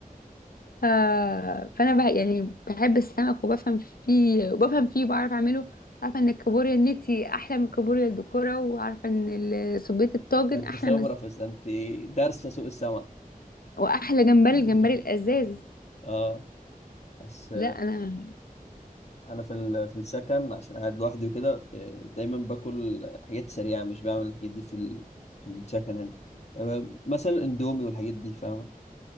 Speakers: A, on the left (about 75°); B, on the left (about 45°).
A: آه فانا بقى يعني بحب السمك وبفهم فيه وبفهم فيه وبعرف اعمله عارفه ان الكابوريا النتي احلى من الكابوريا الدكوره وعارفه ان ال- سبيت الطاجن
B: انت
A: احلى
B: خبرة
A: من
B: في انت دارسة سوق السمك
A: واحلى جمبري
B: <laughs>
A: الجمبري الازاز
B: اه بس
A: لا انا <laughs>
B: انا في ال- في السكن عشان قاعد لوحدي وكده آه، دايما باكل حاجات سريعه مش بعمل الحاجات دي في ال... في السكن هنا آه، مثلا اندومي والحاجات دي فاهمه